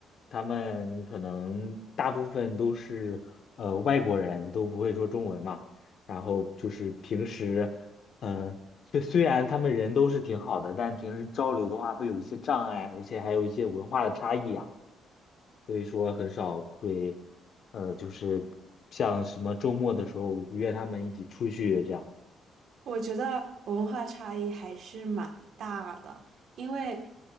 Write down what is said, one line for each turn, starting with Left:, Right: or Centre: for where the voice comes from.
Left: 他们可能大部分都是呃外国人，都不会说中文嘛，然后就是平时，嗯，虽虽然他们人都是挺好的，但平时交流的话会有一些障碍，而且还有一些文化的差异啊。所以说很少会，呃，就是像什么周末的时候约他们一起出去这样。
Right: 我觉得文化差异还是蛮大的，因为